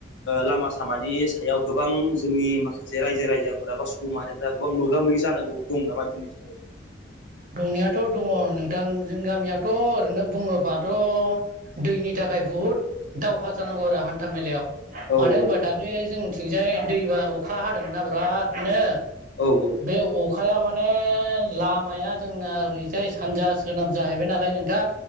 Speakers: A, on the left (about 75°); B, on the right (about 45°).
A: लामा सामानि सायाव गोबां जोंनि माखासे रायजो राजाफोरा बा मारिफ्रा गोबां मोगा मोगि जानांगौ दं नामा दिनै समावबो
B: दंनायाथ' दङ नों जों गामियाथ' ओरैनो बुङोबाथ' दैनि थाखाय बहुद दावहा जानांगौ आरो हान्था मेलायाव
A: औ
B: मानो होनबा
A: औ
B: दाख्लैहाय जोंनिथिंजाय दैबा अखा हादोंमोन नना बिरादनो
A: औ
B: बे अखा खाया माने लामाया जोंना ओरैजाय सानजा सोनाब जाहैबाय नालाय नोंथां